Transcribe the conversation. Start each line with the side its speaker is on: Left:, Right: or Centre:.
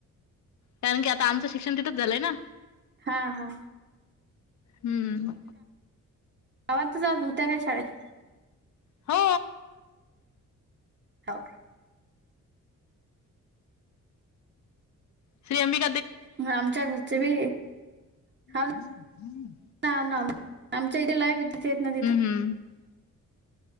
Left: कारण की आता आमचं शिक्षण तिथंच झालंय ना
Right: हा हा
Left: हम्म
Right: आवाज होत्या काय शाळेत
Left: हो
Right: हो का
Left: श्री अमिक
Right: आमच्या घरचे बी हाव
Left: हम्म हम्म
Right: ना हाव ना आमच्या इथे लाय विद्युत येत ना तिथं
Left: हम्म